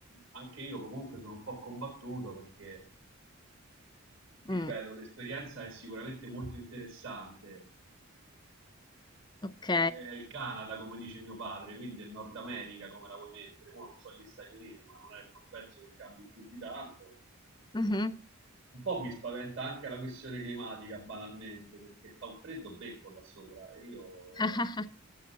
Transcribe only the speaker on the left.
mm,
ok,
mhm.
<laughs>